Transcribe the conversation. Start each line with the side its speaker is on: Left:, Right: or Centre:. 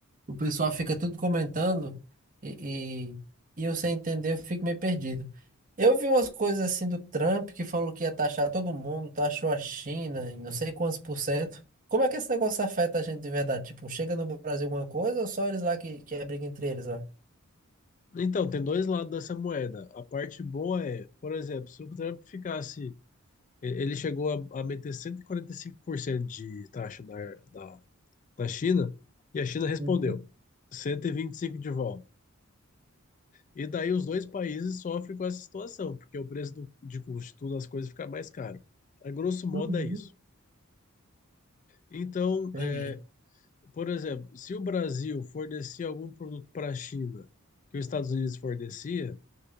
Right: o pessoal fica tudo comentando e, e, e eu sem entender, eu fico meio perdido. Eu vi umas coisas assim do Trump que falou que ia taxar todo mundo, taxou a China em não sei quantos por cento. Como é que esse negócio afeta a gente de verdade? Tipo, chega no Brasil alguma coisa ou só eles lá que, que é briga entre eles lá?
Left: Então, tem dois lados dessa moeda. A parte boa é, por exemplo, se o Trump ficasse, e- ele chegou a, a meter 145% de taxa na, na, na China, e a China respondeu
Right: Uhum,
Left: 125 de volta. E daí os dois países sofrem com essa situação, porque o preço do, de custo de tudo as coisas fica mais caro. A grosso modo
Right: uhum,
Left: é isso. Então,
Right: entendi.
Left: é, por exemplo, se o Brasil fornecer algum produto para a China que os Estados Unidos fornecia,